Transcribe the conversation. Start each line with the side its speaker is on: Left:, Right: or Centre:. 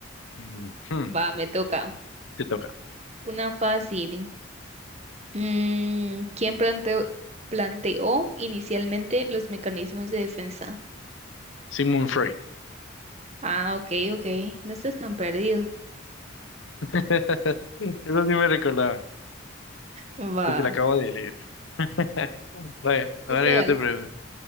Left: <laughs> ujú,
Right: Va, me toca.
Left: te toca.
Right: Una fácil. Mm, ¿quién planteó, planteó inicialmente los mecanismos de defensa?
Left: Sigmund Freud.
Right: Ah, ok, ok. No estás tan perdido.
Left: <laughs> Eso sí me recordaba,
Right: Va.
Left: porque la acabo de leer. <laughs> Vaya, ahora
Right: No se
Left: yo
Right: vale.
Left: te pregunto.